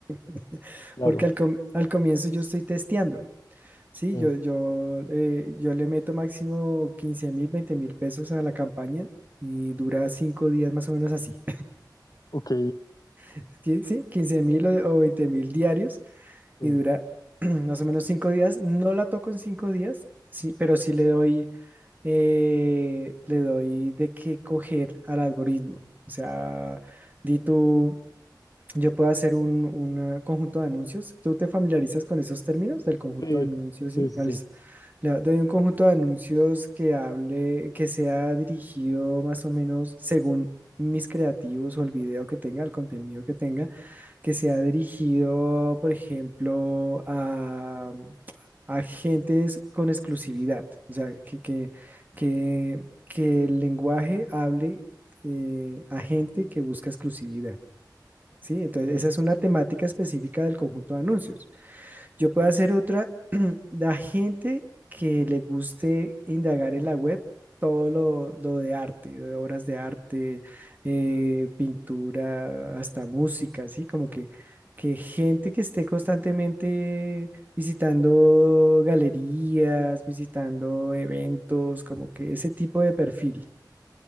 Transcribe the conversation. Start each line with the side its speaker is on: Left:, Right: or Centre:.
Right: <laughs>
Left: Claro.
Right: porque al, com- al comienzo yo estoy testeando, ¿sí?
Left: Sí.
Right: Yo, yo, eh, yo le meto máximo quince mil, veinte mil pesos a la campaña y dura cinco días más o menos así,
Left: Ok.
Right: <laughs> ¿sí? sí, 15 mil o, o 20 mil diarios
Left: Sí.
Right: y dura <clears throat> más o menos cinco días. No la toco en cinco días, sí, pero sí le doy eh, le doy de qué coger al algoritmo. O sea, di tú, yo puedo hacer un, un, eh, conjunto de anuncios. ¿Tú te familiarizas con esos términos del conjunto
Left: Sí.
Right: de anuncios?
Left: Sí,
Right: Sí,
Left: sí,
Right: Ah,
Left: sí.
Right: listo. Le doy un conjunto de anuncios que hable, que sea dirigido más o menos según mis creativos o el video que tenga, el contenido que tenga, que sea dirigido, por ejemplo, a, a gentes con exclusividad. O sea, que, que, que, que el lenguaje hable eh, a gente que busca exclusividad. ¿sí? Entonces,
Left: Sí.
Right: esa es una temática específica del conjunto de anuncios. Yo puedo hacer otra, <clears throat> la gente que le guste indagar en la web todo lo, lo de arte, de obras de arte, eh, pintura, hasta música, ¿sí? Como que, que gente que esté constantemente visitando galerías, visitando eventos, como que ese tipo de perfil,